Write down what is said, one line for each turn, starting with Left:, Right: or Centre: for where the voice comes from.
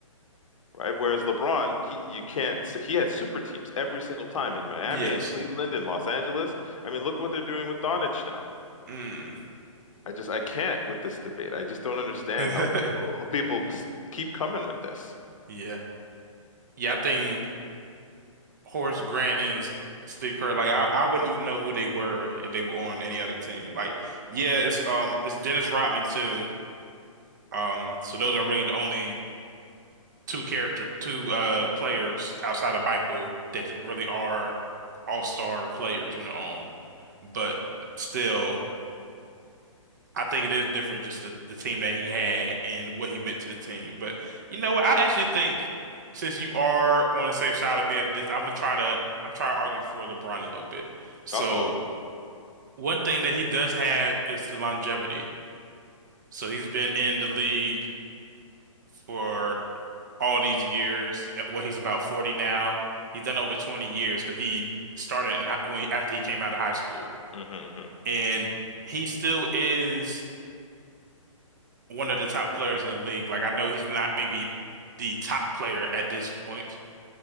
Left: right? Whereas LeBron, he you can't he had super teams every single time in Miami
Right: Yes.
Left: and Cleveland and Los Angeles. I mean, look what they're doing with Doncic now.
Right: Mm.
Left: I just I can't with this debate. I just don't understand
Right: <laughs>
Left: how people people keep coming with this.
Right: Yeah. Yeah. I think. Horace Grant and Steve Kerr, like I, I wouldn't even know who they were if they were on any other team. Like, yeah, it's um it's Dennis Rodman too. Um, so those are really the only two character two uh players outside of Michael that really are all-star players on their own. But still. I think it is different, just the, the team that he had and what he meant to the team. But you know what? I actually think since you are on the same side of me of this, I'm gonna try to I'm trying to argue for LeBron a little bit. So
Left: Uh-oh.
Right: one thing that he does have is the longevity. So he's been in the league for all these years. What well, he's about 40 now. He's done over 20 years because he started in, hi- when after he came out of high school,
Left: hmm
Right: and he still is. one of the top players in the league. Like I know he's not maybe the top player at this point,